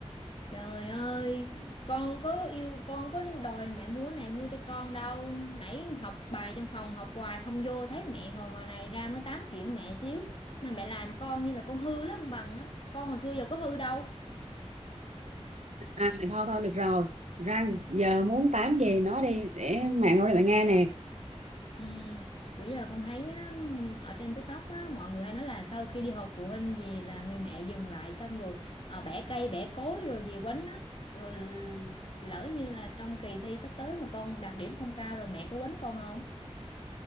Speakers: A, on the left (about 50°); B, on the right (about 80°).
A: Trời ơi, con có yêu con có đòi mẹ múa này mua cho con đâu. Nãy học bài trong phòng học hoài không vô thấy mẹ ngồi ngồi này ra mới tám chuyện mẹ xíu mà mẹ làm con như là con hư lắm ông bằng á. Con hồi xưa giờ có hư đâu.
B: À thôi thôi được rồi răng giờ muốn tám gì nói đi để mẹ ngồi để mẹ nghe nè
A: Ừ, bữa giờ con thấy á, ở trên TikTok á, mọi người hay nói là sau khi đi họp phụ huynh về là người mẹ dừng lại xong rồi ờ, bẻ cây bẻ cối rồi về quánh á. Rồi lỡ như là trong kỳ thi sắp tới mà con đạt điểm không cao rồi mẹ có quánh con không?